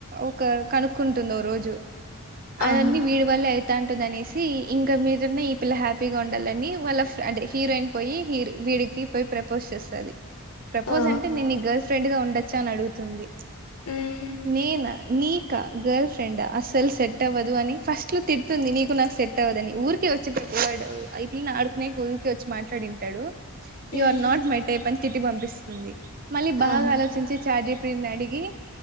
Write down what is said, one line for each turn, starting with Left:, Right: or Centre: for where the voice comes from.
Right: ఒక కనుక్కుంటుంది ఓ రోజు అవన్ని
Left: ఆ
Right: వీడి వల్లె అయి అంటుందనేసి ఇంకా మీరన్నా ఈ పిల్ల హ్యాపీగా ఉండాలని వాళ్ళ అంటే హీరోయిన్ పోయి హీరో వీడికి పోయి ప్రపోజ్ చేస్తది ప్రపోజ్
Left: ఓ
Right: అంటే నేను ని గర్ల్ ఫ్రెండ్ గా ఉండొచ్చా అని అడుగుతుంది
Left: ఉమ్
Right: నేనా నీకా గర్ల్ ఫ్రెండ అసలు సెట్ అవ్వదు అని ఫస్ట్ లో తిడుతుంది నీకు నాకు సెట్ టవదని ఊరికే వచ్చి ప్రపో వాడు పిల్ని ఆడుకునే కూ ఊరికి వచ్చి మాట్లాడింటాడు you
Left: um
Right: are not my type అని తిట్టి పంపిస్తుంది మళ్ళీ బాగా
Left: ఆ
Right: ఆలోచించి చాట్ జీపిటిని అడిగి